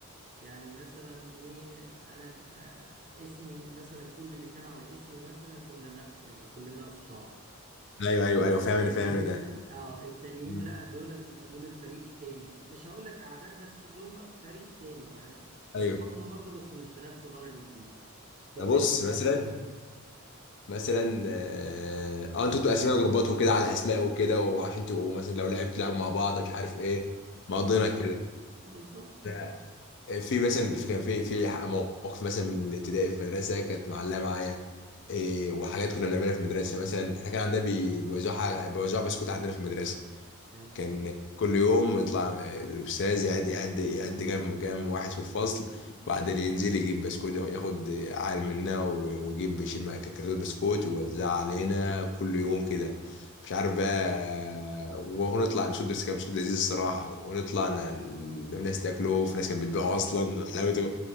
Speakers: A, on the right; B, on the left.
A: يعني مثلا إيه أنا ك- آه، اسمي مثلا كل اللي كانوا على اسمي مثلا كنا ن- نبقى كلنا أصحاب
B: ايوه ايوه ايوه فاهم انا
A: التانيين
B: فاهم انا ده
A: اه التانيين
B: مم.
A: لا دولت يبقى دول الفريق التاني مش هقول لك اعداء بس اللي هم فريق تاني يعني
B: ايوه
A: اصحابنا برضو بس مش بنفس درجة دي كنت
B: انا بص
A: انت
B: مثلا مثلا اه آه، انتوا بتبقوا اسماء جروبات وكده على الاسماء وكده وعشان تبقوا مثلا لو لعبت لعب مع بعض مش
A: اه
B: عارف ايه
A: عشان
B: مقضينا
A: كنا
B: كده
A: اه بالظبط
B: ده- في مثلا في كان في في مواقف مثلا من الابتدائي في المدرسه كانت معلقه معايا إيه وحاجات كنا بنعملها في المدرسه مثلا احنا كان عندنا بي- بيوزعوا حاجه بيوزعوا بسكوت عندنا في المدرسه
A: ايوه
B: كان كل يوم يطلع آه، الأستاذ يعد يعد يعد كام كام واحد في الفصل وبعدين ينزل يجيب بسكوت ياخد عال منا و- ويجيب يشيل معاه كرتون بسكوت ويوزعها علينا كل يوم كده مش عارف بقى ونطلع نشد بس كان بسكوت لذيذ الصراحة ونطلع ن- ناس تاكله وفي ناس كانت بتبيعه أصلا حلاوته